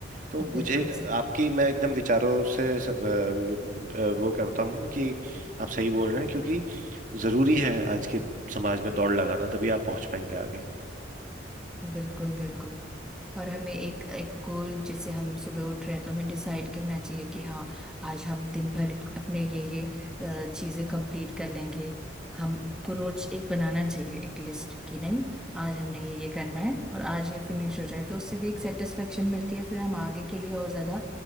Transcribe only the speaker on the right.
तो मुझे
आपकी
मैं एकदम विचारों से स- अ, म- अ, वो करता हूँ कि आप सही बोल रहे हैं क्योंकि जरूरी है आज के समाज में दौड़ लगाना तभी आप पहुंच पाएंगे आगे